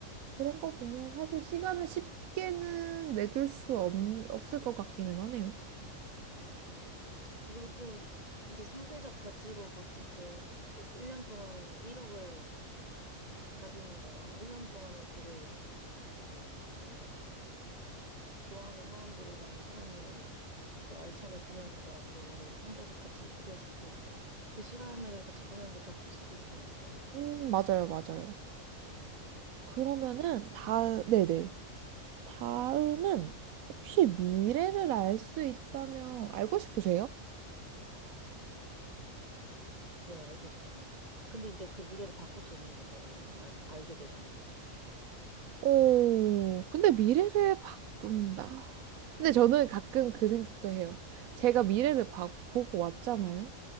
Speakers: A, on the right (about 85°); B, on the right (about 30°).
A: 그런 거 보면 사실 시간을 쉽게는 내줄 수 없, 없을 것 같기는 하네요.
B: 맞아요. 그리고 또, 이제 상대적 가치로 봤을 때, 1년 동안에 1억을 가지는 거랑, 1년 동안에 되게, 그, 뭐, 좋아하는 사람들이랑 시간을 또 알차게 보내는 거랑, 그거를 상대적 가치로 비교했을 때, 그 시간을 같이 보내는 게 더 클 수도 있으니까.
A: 음, 맞아요, 맞아요.
B: 네.
A: 그러면은
B: 그래서
A: 다, 네네. 다음은 혹시 미래를 알 수 있다면 알고 싶으세요?
B: 네, 알고 싶어요. 근데 이제 그 미래를 바꿀 수 없는 건가요? 만약에 알, 알게 돼도?
A: 오, 근데 미래를 바꾼다. 근데 저는 가끔 그 생각도 해요. 제가 미래를 봐- 보고 왔잖아요.